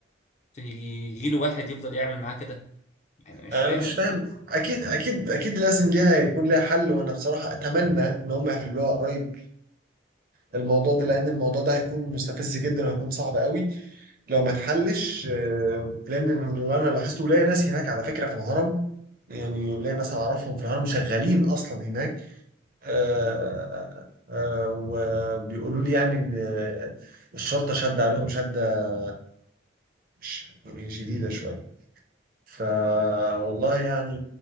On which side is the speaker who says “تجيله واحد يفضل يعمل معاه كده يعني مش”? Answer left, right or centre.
Left